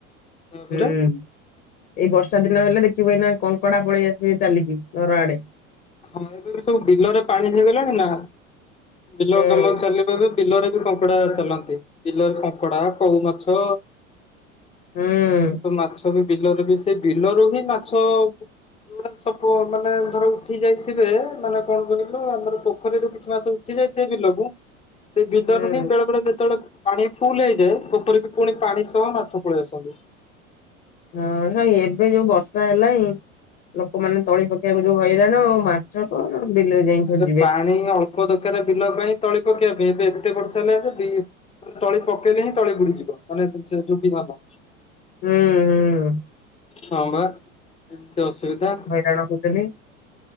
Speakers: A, on the left; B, on the left.
A: ତାପରେ
B: ହୁଁ ଏଇ ବର୍ଷା ଦିନ ହେଲେ ଦେଖିବୁ, ଏଇନା କଙ୍କଡା ପଳେଇ ଆସିବେ ଚାଲିକି ଘର ଆଡେ।
A: ହଁ ଏବେ ବି ସବୁ ବିଲରେ ପାଣି ହେଇଗଲାଣି ନା, ବିଲ
B: ହୁଁ।
A: କାମ ଚାଲି ଏବେ ବିଲରେ ବି କଙ୍କଡା ଚାଲନ୍ତି। ବିଲରେ କଙ୍କଡା, କଉମାଛ
B: ହୁଁ
A: <unintelligible> ମାଛ ସବୁ ବିଲରେ ବି, ସେ ବିଲରୁ ବି ମାଛ ଯୋଉଟା ସବୁ ମାନେ ଧର ଉଠି ଯାଇଥିବେ, ମାନେ କଣ କହିଲୁ ଆମର ପୋଖରୀରୁ କିଛି ମାଛ ଉଠି ଯାଇଥିବେ ବିଲକୁ ସେ ବିଲରୁ
B: ହୁଁ
A: ବି ବେଳେବେଳେ ଯେତେବେଳେ ପାଣି ଫୁଲ ହେଇଯାଏ, ପୋଖରୀକୁ ପୁଣି ପାଣି ସହ ମାଛ ପଳେଇ ଆସନ୍ତି।
B: ହଁ ନାଇଁ ଏବେ ଯୋଉ ବର୍ଷା ହେଲାଇଁ ଲୋକମାନେ ତଳି ପକେଇବାକୁ ଯୋଉ ହଇରାଣ, ମା ମାଛ କଣ ବିଲରେ ଯାଇ
A: ଆରେ
B: ଖୋଜିବେ।
A: ପାଣି ଅ ଳ୍ପ ଦରକାରେ ବିଲ ପାଇଁ ତଳି ପକେଇବା ପାଇଁ, ଏବେ ଏତେ ବର୍ଷା ହେଲାଇ ଯେ ବି ମାନେ ତଳି ପକେଇଲେ ହିଁ ତଳି ବୁଡିଯିବ, ମାନେ ସେ ଯୋ ବିହନ।
B: ହୁଁ ହୁଁ
A: ହଁ ବା ଏମିତି ଅସୁବିଧା।
B: କାଣ କହୁଥିଲି?